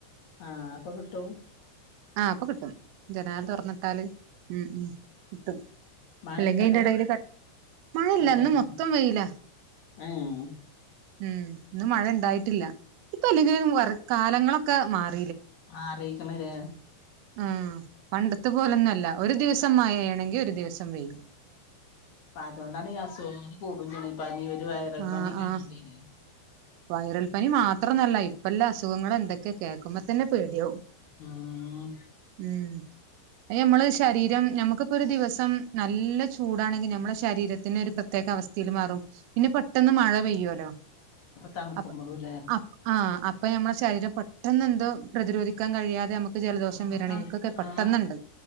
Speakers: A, on the left; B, on the right.
A: ആഹ അപ്പൊ കിട്ടൂ?
B: ആഹ അപ്പൊ കിട്ടും. ജനാല തൊർന്നിട്ടാല് ഉം ഉം കിട്ടും.
A: മഴണ്ടടെ
B: അല്ലെങ്കി അയിന്റ എടയിൽ ക മഴല്ല്യ
A: കട്ടായി
B: ന്ന് മൊത്തം വെയില.
A: ഏഹ്
B: ഉം ഇന്ന് മഴ ഇണ്ടായിട്ടില്ല. ഇപ്പൊ അല്ലെങ്കിലും വറ് കാലങ്ങളൊക്കെ മാറ്
A: ആ അറിയിക്കണ ലെ
B: ആ പണ്ടത്തപ്പോലൊന്നല്ല. ഒരു ദിവസം മയെണെങ്കി ഒരു ദിവസം വെയില്.
A: അതൊണ്ടാണ് ഈ അസുഖങ്ങള് കൂടും ചെയ്യണ്. പനി ഒരു വൈറൽ
B: ആഹ്
A: പനി കേട്ടിട്ടില്ലേ?
B: ആഹ് വൈറൽ പനി മാത്രൊന്നല്ല ഇപ്പല്ലെ അസുഖങ്ങൾ എന്തൊക്കെ കേക്കുമ്പോത്തന്നെ ക് പേടിയാവും.
A: ഉം
B: ഉം. അയ് നമ്മള് ശരീരം, ഞമ്മക്കിപ്പൊരു ദിവസം നല്ല ചൂടാണെങ്കി ഞമ്മളെ ശരീരത്തിന് ഒരു പ്രത് പ്രത്യേക അവസ്ഥയിൽ മാറും. പിന്നെ പെട്ടെന്ന് മഴ പെയ്യോല്ലോ.
A: തണുക്കുമ്പൊഴുലേ...
B: അപ്പ അപ് ആഹ്. അപ്പൊ ഞമ്മളെ ശരീരം പെട്ടന്നെന്തോ പ്രതിരോധിക്കാൻ കഴിയാതെ നമക്ക് ജലദോഷം
A: ആഹ്
B: വരാണ്
A: തണുപ്പ്
B: ഇനിക്കൊക്കെ പെട്ടെന്ന്ണ്ട്
A: ആഹ്